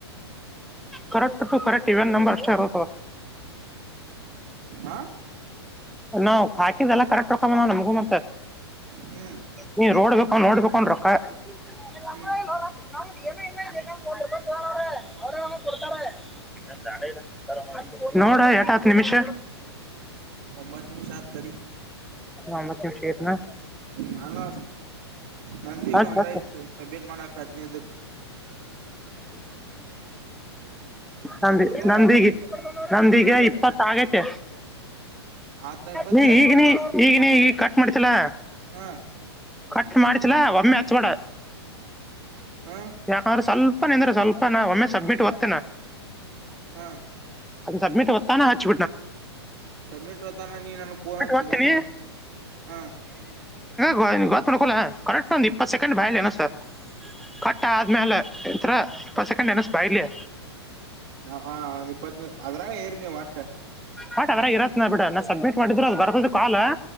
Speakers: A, in the centre; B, on the right.
A: ಕರೆಕ್ಟ್ ತು ಕರೆಕ್ಟ್ ಇವೆನ್ ನಂಬರ್ ಎಷ್ಟ ಆಗ್ಬೇಕ್
B: ಆ
A: ನಾವ್ ಹಾಕಿದ್ ಎಲ್ಲ ಕರೆಕ್ಟ್ಕ ಆಕವ್ ನೋಡ್ ನಮಗೂನೂ.
B: ಹ್ಮ್
A: ನೀ ನೋಡ್ಬೇಕ ನೋಡ್ಬೇಕನ್ ರೊಕ್ಕ <unintelligible>
B: ಹ್ಮ್
A: ನೋಡ <unintelligible> ನಿಮಿಷ.
B: ಒಂಬತ್ತ್ ನಿಂಷ್ ಆತ್ ತಡಿ
A: ಒಂಬತ್ತು ನಿಮಿಷ ಐತ್ನಾ
B: ನಾನಾ ನಂದು
A: ಹತ್
B: ಇನ್ನ್ ಒಂದ
A: ಹತ್
B: ಐತ್ ಸಬ್ಮಿಟ್ <unintelligible> ಹದ್ನೈದಕ್ಕ
A: ನಂದಿ
B: ತಿಳ್ಕೊ
A: ನಂದೀ ನಂದೀಗ
B: ಇಲ್ಲ
A: ಇಪ್ಪತ್ತ ಆಗೇತೆ
B: ಆತ್ನ ಇಪ್ಪತ್ತ
A: ನೀ ಈಗ್ ನೀ ಈಗ್ ನೀ ಈಗ್ ಕಟ್ ಮಾಡ್ತಿಯಲ
B: ಹಾ
A: ಕಟ್ ಮಾಡ್ತಿಯಲ ಒಮ್ಮೆ ಹಚ್ಬೇಡ.
B: ಹಾ
A: ಯಾಕಂದ್ರೆ ಸ್ವಲ್ಪ ನಿಂದ್ರ್ ಸ್ವಲ್ಪ ನ್ ಒಮ್ಮೆ ಸಬ್ಮಿಟ್ ವತ್ತೇನಾ
B: ಹಾ
A: ಸಬ್ಮಿಟ್ ಹೊತ್ತಾನ ಹಚ್
B: ಸಬ್ಮಿಟ್ ಹೊತಾನ ನೀ ನನಗೆ ಪೋನ್ಚ್ಚಿ
A: ಒತ್ತೀನಿ
B: ನಿಮ್ಮೆ ಹಾ.
A: ಗೊ ನಡ್ಕೋಲ್ಲ ಕರೆಕ್ಟ್ ಒಂದ್ ಇಪ್ಪತ್ ಸೆಕೆಂಡ್ ಬಾಯಲ್ ಎಣ್ಣ್ಸ್. ಕಟ್ಟ್ ಆದ್ಮೇಲೆ ಇತರ ಇಪ್ಪತ್ ಸೆಕೆಂಡ್ ಎಣ್ಣ್ಸ್ ಬಾಯಲ್ಲೇ.
B: ಹ ಒಂದ್ ಇಪ್ಪತ್ ಅದ್ರಾಗ ಇರು ನೀನ್ ಒಟ್
A: ಬಟ್ ಅದರ ಇರತ್ನಾ ಬಿಡ ನಾನ್ ಸಬ್ಮಿಟ್ ಮಾಡಿದ್ರು ಅದ್ ಬರ್ತದ ಕಾಲ್